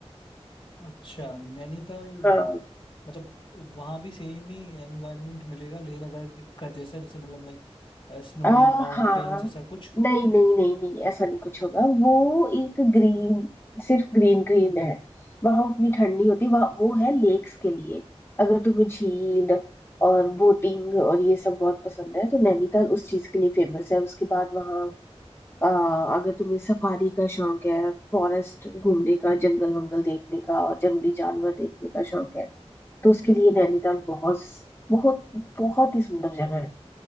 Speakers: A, on the left; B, on the left.
A: अच्छा नैनीताल
B: हाँ
A: मतलब वहाँ भी सेम ही एनवायरनमेंट मिलेगा लेह लद्दाख का जैसा जैसे मतलब लाइक स्नोई
B: आ,
A: माउंटेन्स
B: हाँ
A: ऐसा कुछ
B: नहीं नहीं नहीं नहीं ऐसा नहीं कुछ होगा वो एक ग्रीन सिर्फ ग्रीन ग्रीन है वहां उतनी ठंड नहीं होती वहाँ वो है लेक्स के लिए अगर तुम्हें झील और बोटिंग और ये सब बहुत पसंद है तो नैनीताल उस चीज के लिए फेमस है उसके बाद वहाँ आ, अगर तुम्हें सफारी का शौक है फॉरेस्ट घूमने का जंगल वंगल देखने का और जंगली जानवर देखने का शौक है तो उसके लिए नैनीताल बहुत बहुत बहुत ही सुंदर जगह है